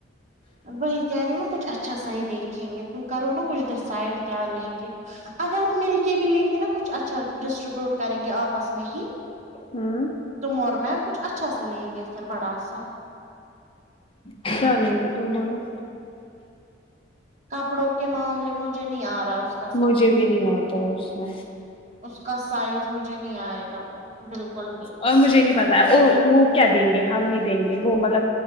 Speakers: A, on the right; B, on the left.
A: وہی کہہ رہی ہو نا کچھ اچھا سا ہی دیکھیں گے تم کرو نا کچھ ڈیسسیڈ کیا لیں گے اگر ہم ملک کے بھی لیں گے نا کچھ اچھا ڈسٹریبیوٹ کریں گے آپس میں ہی
B: ہم
A: تم اور میں کچھ اچھا سا لیں گے پھر بڑا سا
B: کیا لیں گے تم بولو
A: کپڑوں کے معاملے مجھے نہیں آ رہا کا سمجھ
B: مجھے بھی نہیں آتا اس میں
A: اس کا سائز مجھے نہیں آئے گا بالکل بھی
B: اور مجھے نہیں پتا اور وہ کیا دیں گے ہم نہیں دیں گے وہ مطلب